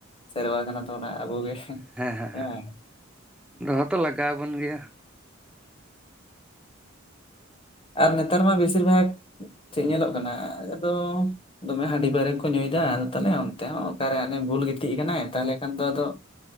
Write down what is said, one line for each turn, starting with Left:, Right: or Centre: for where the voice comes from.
Left: ᱥᱮᱨᱣᱟ ᱠᱟᱱᱟ ᱛᱟᱵᱚᱱᱟ ᱟᱵᱚᱜᱮ
Centre: ᱦᱮᱸ ᱦᱮᱸ
Left: ᱵᱟᱝ?
Centre: ᱫᱚᱦᱚ ᱛᱚ ᱞᱟᱜᱟᱣ ᱟᱵᱚᱱ ᱜᱮᱭᱟ
Left: ᱟᱨ ᱱᱮᱛᱟᱨ ᱢᱟ ᱵᱮᱥᱤᱨ ᱵᱷᱟᱜᱽ ᱪᱮᱫ ᱧᱮᱞᱚᱜ ᱠᱟᱱᱟ ᱟᱫᱚ ᱫᱚᱢᱮ ᱦᱟᱺᱰᱤ ᱯᱟᱹᱭᱨᱟᱹ ᱠᱚ ᱧᱩᱭᱫᱟ ᱟᱫᱚ ᱛᱟᱦᱞᱮ ᱚᱱᱛᱮ ᱦᱚᱸ ᱚᱠᱟᱨᱮ ᱦᱮ ᱵᱷᱩᱞ ᱜᱤᱛᱤᱡ ᱠᱟᱱᱟᱭ ᱛᱟᱦᱚᱞᱮ ᱠᱷᱟᱱ ᱫᱚ ᱟᱫᱚ